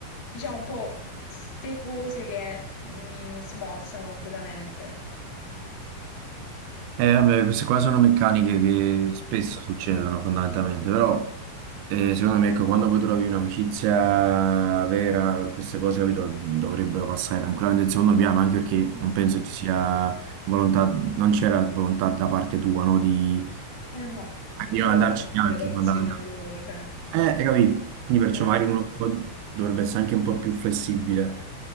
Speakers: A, on the left; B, on the right.
A: diciamo un po' ste cose che mi smorzano completamente.
B: Eh, vabbè, queste qua sono meccaniche che spesso succedono fondamentalmente, però eh, secondo me ecco, quando poi trovi un'amicizia vera, queste cose, capito, dovrebbero passare tranquillamente in secondo piano, anche perché
A: Mm.
B: non penso ci sia volontà, non c'era volontà da parte tua, no, di,
A: Eh no, cioè
B: di
A: io
B: non
A: volevo
B: andarci
A: andare a fare
B: neanche
A: colazione
B: fondamentalmente.
A: con loro, cioè,
B: Eh, hai capito? Quindi perciò
A: eh,
B: magari uno un po' dovrebbe essere anche un po' più flessibile,